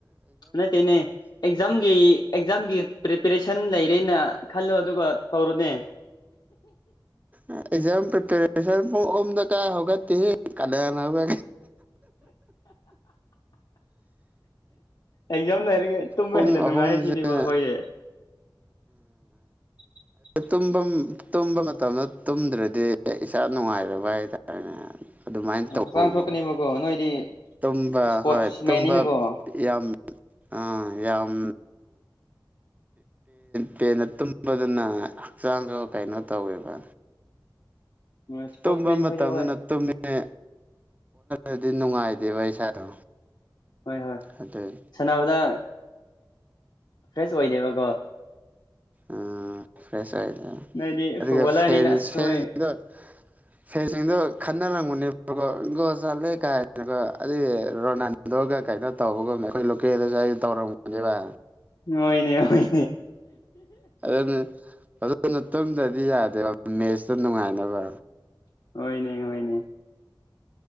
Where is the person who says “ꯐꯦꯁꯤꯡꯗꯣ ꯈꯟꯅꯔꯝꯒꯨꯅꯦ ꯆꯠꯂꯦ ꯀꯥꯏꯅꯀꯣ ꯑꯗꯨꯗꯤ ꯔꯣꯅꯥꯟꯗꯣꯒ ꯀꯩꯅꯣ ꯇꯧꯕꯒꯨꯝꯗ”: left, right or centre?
Right